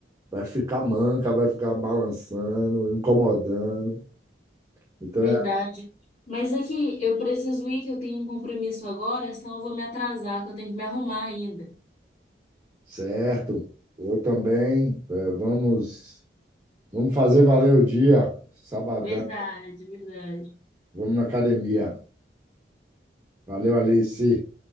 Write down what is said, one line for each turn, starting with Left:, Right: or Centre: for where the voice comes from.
Right: vai ficar manca, vai ficar balançando, incomodando. Então
Left: Verdade.
Right: é
Left: Mas é que eu preciso ir, que eu tenho um compromisso agora, senão eu vou me atrasar, que eu tenho que me arrumar ainda.
Right: certo. Eu também, é, vamos. Vamos fazer valer o dia, sabadão.
Left: Verdade, verdade.
Right: Vamos na academia. Valeu, Alice.